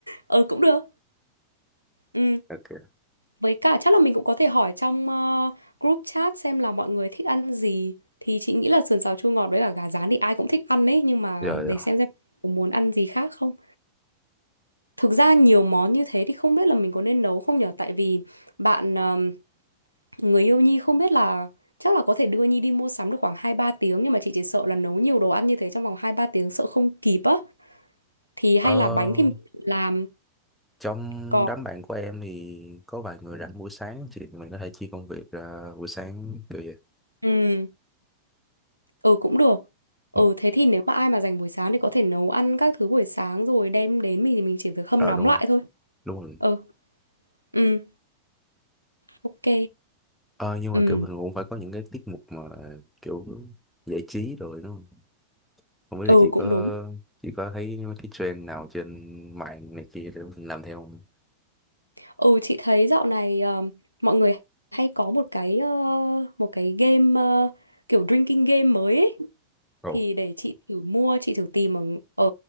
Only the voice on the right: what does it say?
ừ cũng được ừ
với cả chắc là mình cũng có thể hỏi trong ờ, group chat xem là mọi người thích ăn gì thì chị nghĩ là sườn xào chua ngọt với cả gà rán thì ai cũng thích ăn đấy nhưng mà
để xem xem có muốn ăn gì khác không Thực ra nhiều món như thế thì không biết là mình có nên nấu không nhở? Tại vì bạn ờm, người yêu Nhi không biết là chắc là có thể đưa Nhi đi mua sắm được khoảng hai ba tiếng nhưng mà chị chỉ sợ là nấu nhiều đồ ăn như thế trong vòng hai ba tiếng sợ không kịp á. Thì hay
là bánh thì mình tự làm
còn
ừ ừ cũng được. Ừ
thế thì nếu mà ai mà dành buổi sáng thì có thể nấu ăn các thứ buổi sáng rồi đem đến mình thì mình chỉ việc hâm
nóng
lại
thôi.
Ừ ừ ok.
Ừ
ừ
cũng đúng.
Ừ chị thấy dạo này um, mọi người hay có một cái ờ, một cái game ờ, kiểu drinking game mới ấy.
Thì để chị thử mua, chị thử tìm ở, ở